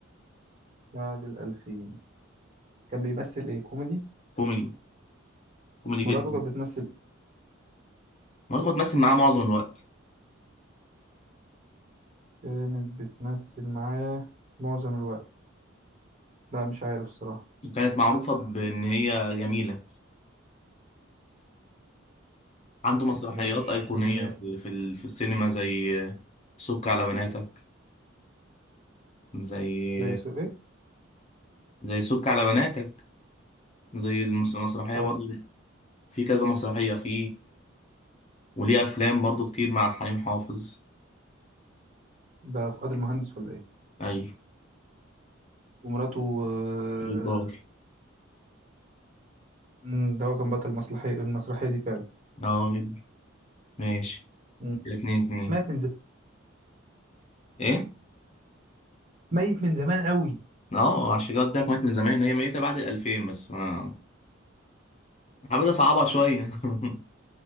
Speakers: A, on the right; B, on the left.
A: بعد الألفين كان بيمثل ايه كوميدي
B: كوميدي كوميدي
A: مراته
B: جدا
A: كانت بتمثل
B: مراته كانت بتمثل معاه معظم الوقت
A: إيه؟ كانت بتمثل معاه معظم الوقت لا مش عارف الصراحة
B: وكانت معروفة بإن هي جميلة عنده مسرحيات
A: لا مش
B: أيقونية
A: في دماغي
B: في في ال- في السينما زي سك على بناتك زي
A: زي سوق ايه
B: زي سك على بناتك زي المس- المسرحية
A: اه
B: برضو في كذا مسرحية في وليه أفلام برضو كتير مع حليم حافظ
A: ده فؤاد المهندس ولا ايه
B: أي
A: ومراته آه،
B: جبار
A: مم، ده هو كان بطل المسرحية المسرحية دي فعلا
B: اه جد. ماشي
A: مم،
B: كده اتنين اتنين
A: بس مات من زمان
B: ايه؟
A: ميت من زمان قوي
B: اه عشان كده قلت لك مات من زمان هي ميتة بعد الألفين بس ما <laughs> حبيت أصعبها شوية <laughs>